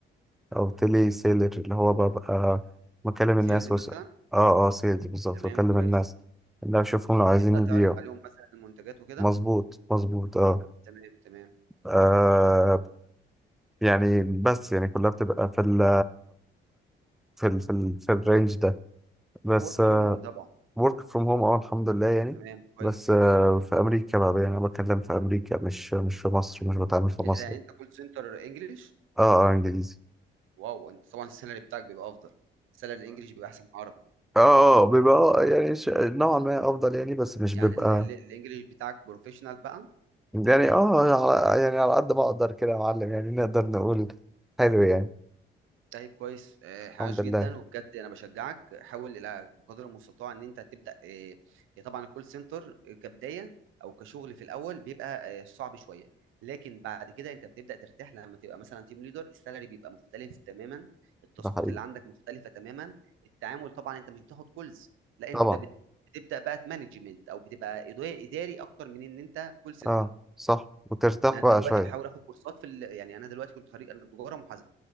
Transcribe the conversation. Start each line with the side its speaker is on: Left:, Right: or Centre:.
Centre: او تيلي سيلر اللي هو ببقى بكلم
Right: سيلز
Centre: الناس
Right: مثلا
Centre: واسأل اه اه سيلز بالظبط
Right: تمام
Centre: بكلم
Right: كويس
Centre: الناس اللي اشوفهم لو عايزين
Right: وتبدا
Centre: يبيعوا
Right: تعرض عليهم مثلا المنتجات وكده
Centre: مظبوط مظبوط اه
Right: تمام تمام
Centre: آه، يعني بس يعني كلها بتبقى في ال في ال في, ال في الرينج ده بس
Right: ورك فروم هوم طبعا
Centre: ورك فروم هوم اه الحمد لله يعني
Right: تمام كويس
Centre: بس آه، في امريكا بقى يعني انا بتكلم في امريكا مش مش في مصر مش بتعامل في مصر
Right: إيه ده، يعني انت كول سنتر انجلش
Centre: اه اه انجليزي
Right: واو انت طبعا السالري بتاعك بيبقى افضل السالري الانجليش بيبقى احسن من العربي
Centre: اه اه بيبقى اه يعني ش- نوعا ما افضل يعني بس مش بيبقى
Right: يعني ال- ال- الانجليش بتاعك بروفيشنال بقى
Centre: يعني اه على- يعني على قد ما اقدر كده يا معلم يعني نقدر نقول حلو يعني
Right: طيب كويس آه، حاش
Centre: الحمد لله
Right: جدا وبجد انا بشجعك حاول الى قدر المستطاع ان انت تبدا آه، هي طبعا الكول سنتر كبدايه او كشغل في الاول بيبقى آه، صعب شويه لكن بعد كده انت بتبدا ترتاح لما تبقى مثلا تيم ليدر السالري بيبقى مختلف تماما التاسكات
Centre: ده حقيقي
Right: اللي عندك مختلفه تماما التعامل طبعا انت مش بتاخد كولز لا
Centre: طبعا
Right: انت بت- بتبدا بقى مانجمنت او بتبقى إدا- اداري اكتر من ان انت كول سنتر
Centre: اه صح وترتاح
Right: انا
Centre: بقى
Right: دلوقتي
Centre: شوية
Right: بحاول اخد كورسات في ال... يعني انا دلوقتي كنت خريج انا تجاره محاسبه